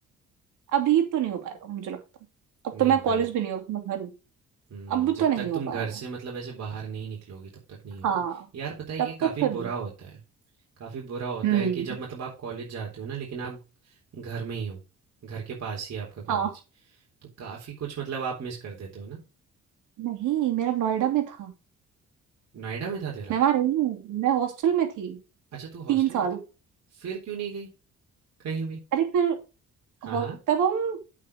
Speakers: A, on the right; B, on the right.
A: अभी तो नहीं हो पाएगा मुझे लगता है अब
B: नहीं
A: तो मैं
B: हो पाएगा
A: कॉलेज भी नहीं हूँ अब तो मैं घर हूँ
B: हम्म
A: अब
B: जब
A: तो नहीं
B: तक
A: हो
B: तुम घर
A: पाएगा
B: से मतलब ऐसे बाहर नहीं निकलोगी तब तक नहीं होगा
A: हाँ
B: यार पता है
A: तब
B: ये काफ़ी
A: तक तो नहीं
B: बुरा
A: हो पाएगा।
B: होता है काफ़ी बुरा होता
A: हम्म
B: है कि जब मतलब आप कॉलेज जाते हो ना लेकिन आप घर में ही हो, घर के पास ही है आपका कॉलेज।
A: हाँ
B: तो काफ़ी कुछ मतलब आप मिस कर देते हो ना?
A: नहीं मेरा नोएडा में था
B: नोएडा में था तेरा?
A: मैं वहां रही हूँ मैं हॉस्टल में थी
B: अच्छा तू हॉस्टल
A: तीन
B: में
A: साल
B: थी? फिर क्यों नहीं गई कहीं भी?
A: अरे फिर
B: हाँ,
A: हो-
B: हाँ।
A: तब हम